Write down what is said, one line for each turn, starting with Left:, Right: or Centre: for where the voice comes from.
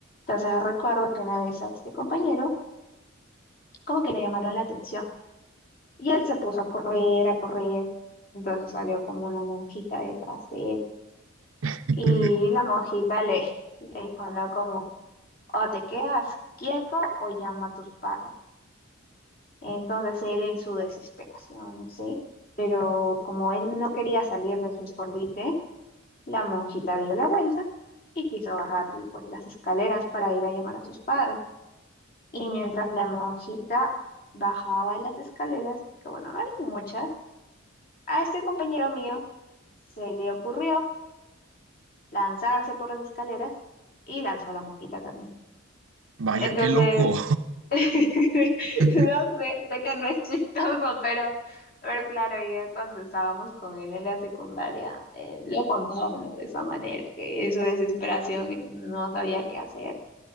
Left: Entonces recuerdo que una vez a este compañero como que le llamaron la atención Y él se puso a correr, a correr. Entonces salió como una monjita detrás de él.
Right: <laughs>
Left: Y la monjita le, le dijo, no, como, o te quedas quieto o llama a tus padres. Entonces él en su desesperación, no sé, pero como él no quería salir de su escondite, la monjita dio la vuelta y quiso bajar pues las escaleras para ir a llamar a sus padres. Y mientras la monjita bajaba las escaleras, que bueno, no eran muchas, a este compañero mío se le ocurrió lanzarse por las escaleras y lanzó la mojita también.
Right: Vaya,
Left: Entonces,
Right: qué loco.
Left: <laughs> no sé,
Right: <laughs>
Left: sé que no es chistoso, pero, pero claro, ya cuando estábamos con él en la secundaria, eh, lo contaba, ¿no? De esa manera, que en su desesperación no sabía qué hacer.